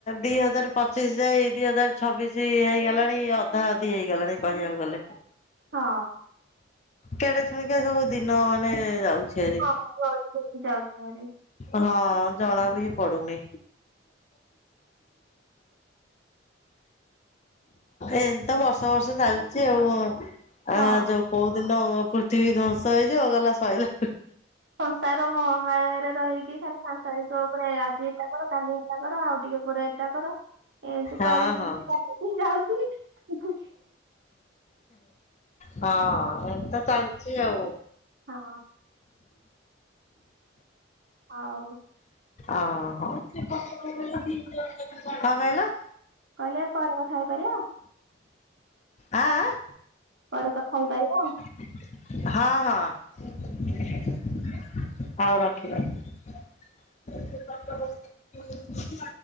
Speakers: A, on the left; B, on the right.
A: ଦିହଜାରେ ପଚିଶ ଯାଇ ଦିହଜାରେ ଛବିଶ ଏଇ ହେଇଗଲାଣି ଅଧା ଅଧି ହେଇଗଲାଣି କହିବାକୁ ଗଲେ।
B: ହଁ।
A: କେଡେ ସୁଣିକା ସବୁ ଦିନ ମାନେ ଯାଉଚି ଆ
B: <unintelligible> ଯାଉଛି ଭାରି।
A: ହଁ ଜଣା ବି ପଡୁନି। ଏମିତ ବର୍ଷ ବର୍ଷ ଚାଲିଚି ଆଉ। ଆ
B: ହଁ
A: ଯୋଉ କୋଉ ଦିନ ପୃଥିବୀ ଧ୍ଵଂସ ହେଇଯିବ ଅ ଗଲା ସଇଲା।
B: ସଂସାର ମହୋମାୟାରେ ରହିକି ଖାଲି ସାଂସାରିକ ଉପରେ ଆଜି ଏଟା କର କାଲି ହେ ଟା କର ଆଉ ଟିକେ ପରେ ଏଟା କର ଏମତି
A: ହଁ
B: କରିକି
A: ହଁ
B: ଚାଲିଛି ଯାଉଛି।
A: ହଁ ଏମତି ତ ଚାଲିଛି ଆଉ।
B: ହଁ। ଆଉ
A: ଓହୋ କଣ କହିଲ?
B: କହିଲେ ପରେ କଥା ହେଇପାରିବ?
A: ଆଁ ଆଁ
B: ପରେ କଥା ହେଇପାରିବା?
A: ହଁ ହଁ। ହୋଉ ରଖିଦେ।